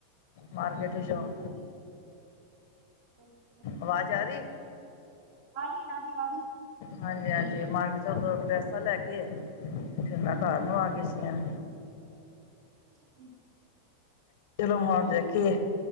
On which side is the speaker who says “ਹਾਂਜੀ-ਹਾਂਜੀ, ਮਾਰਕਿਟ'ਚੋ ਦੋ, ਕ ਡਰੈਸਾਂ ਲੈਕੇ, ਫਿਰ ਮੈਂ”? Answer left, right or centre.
Left